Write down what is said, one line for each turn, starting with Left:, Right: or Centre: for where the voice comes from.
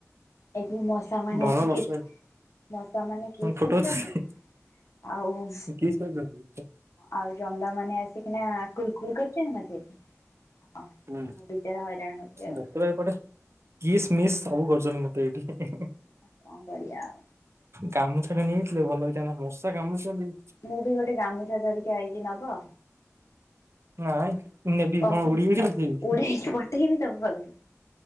Left: ଏଠି ମଶା ମାନେ
Right: ଭଲ
Left: ଆସିକି
Right: ବର୍ଷା
Left: ମଶା ମାନେ କିସ୍
Right: ହଁ ଫୁଟଉଛି
Left: କରଛନ୍ତି। ଆଉ ହ
Right: କିସ୍ କରୁଛନ୍ତି
Left: ଆଉ ଜ ନ୍ଦା ମାନେ ଆସିକିନା କୁଲକୁଲ କରିଛନ୍ତି ମତେ। ହଁ
Right: ହୁଁ
Left: ମୁଁ ବିଚାରା ହଇରାଣ ହଉଛି ଆଉ
Right: ମତେପଟେ କିସ୍ ମିସ୍ ସବୁ କରୁଛନ ମତେ ଏଇଠି।
Left: ଆ କଣ କରିଆ ଆଉ।
Right: ଗାମୁଛା ଟା ନେଇଥିଲେ ଭଲ ହେଇଥା ନ୍ତା ମଶା କାମୁଡୁଛନ୍ତି।
Left: ମୁଁ ବି ଗୋଟେ ଗାମୁଛା ଧରିକି ଆଇଛି ନବ?
Right: ନାଇଁ ମୁଁ ନେବି,
Left: ପଠେ
Right: କଣ ଉଡି ଉଡି ଆଉଛି?
Left: ଉଡେଇକି ପଠେଇବି ତମ ପାଖକୁ।